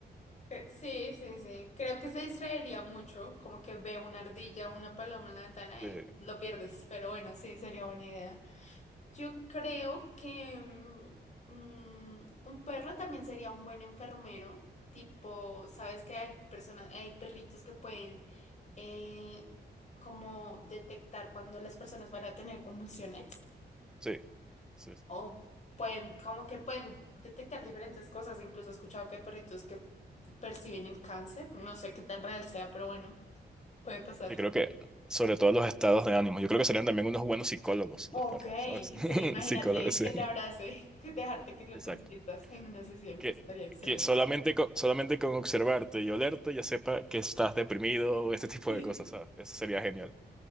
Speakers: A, on the left; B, in the centre.
A: Eh, Sí, sí, sí. Creo que se distraería mucho, como que ve una ardilla o una paloma en la ventana
B: Eh,
A: y lo pierdes, pero bueno, sí, sería buena idea. Yo creo que mm, mm, un perro también sería un buen enfermero, tipo, sabes que hay personas, hay perritos que pueden eh, como detectar cuando las personas van a tener convulsiones.
B: Sí, sí, sí.
A: O pueden, como que pueden detectar diferentes cosas. Incluso he escuchado que hay perritos que perciben el cáncer. No sé qué tan real sea, pero bueno, puede pasar.
B: Sí, creo que sobre todo los estados de ánimo. Yo creo que serían también unos buenos psicólogos los
A: Ok,
B: perros, ¿sabes? <laughs>
A: sí, imagínate
B: Psicólogos, sí.
A: que te abrace, <laughs> que dejarte que lo
B: Exacto.
A: consientas en una sesión.
B: Que,
A: Estaría excelente.
B: que solamente con, solamente con observarte y olerte ya sepa que estás deprimido o este tipo
A: <laughs>
B: de cosas, ¿sabes? Eso sería genial.